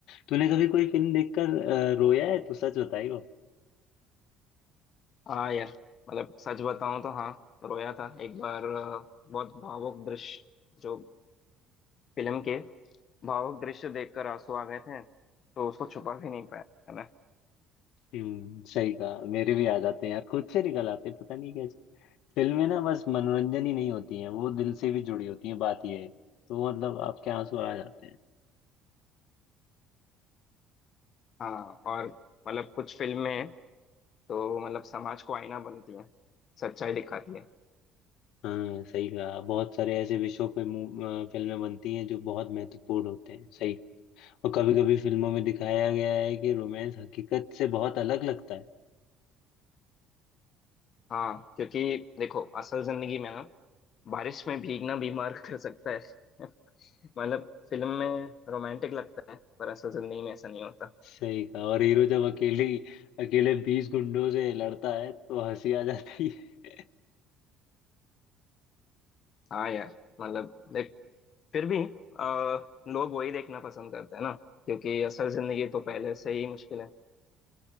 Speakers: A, on the left; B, on the left.
A: तूने कभी कोई फिल्म देखकर अ, रोया है तो सच बताइयो
B: हाँ यार मतलब सच बताऊं तो हाँ रोया था एक बार अ, बहुत भावुक दृश्य जो फिल्म के भावुक दृश्य देखकर आंसू आ गए थे तो उसको छुपा भी नहीं पाया मैंने
A: हम्म सही कहा मेरे भी याद आते हैं यार खुद से निकल आते हैं पता नहीं कैसे फिल्में ना बस मनोरंजन ही नहीं होती हैं वो दिल से भी जुड़ी होती हैं बात ये है तो मतलब आपके आंसू आ जाते हैं
B: हाँ और मतलब कुछ फिल्में तो मतलब समाज को आईना बनती है सच्चाई दिखाती है
A: हाँ सही कहा बहुत सारे ऐसे विषयों पे मू- अ, फिल्में बनती हैं जो बहुत महत्वपूर्ण होते हैं सही और कभी कभी फिल्मों में दिखाया गया है कि रोमांस हकीकत से बहुत अलग लगता है
B: हाँ क्योंकि देखो असल जिंदगी में ना बारिश में भीगना बीमार कर सकता है <laughs> मतलब फिल्म में रोमांटिक लगता है पर असल जिंदगी में ऐसा नहीं होता
A: सही कहा और हीरो जब अकेली अकेले बीस गुंडों से लड़ता है तो हंसी आ जाती है
B: हाँ यार मतलब देख फिर भी आ, लोग वही देखना पसंद करते हैं ना क्योंकि असल जिंदगी तो पहले से ही मुश्किल है